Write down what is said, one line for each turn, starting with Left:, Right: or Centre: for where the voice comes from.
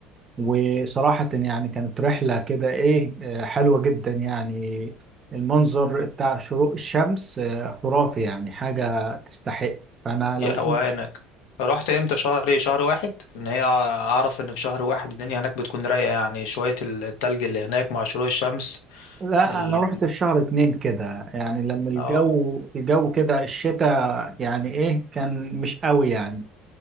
Right: وصراحة يعني كانت رحلة كده إيه آه، حلوة جدا يعني المنظر بتاع شروق الشمس آه، خرافي يعني حاجة تستحق فأنا
Left: يا
Right: لو
Left: روقانك رحت امتى شهر ايه شهر واحد ان هي اعرف ان في شهر واحد الدنيا هناك بتكون رايقة يعني شوية التلج اللي هناك مع شروق الشمس
Right: لا
Left: ال...
Right: أنا رحت في شهر اتنين كده يعني لما الجو
Left: اه
Right: الجو كده الشتاء يعني إيه كان مش قوي يعني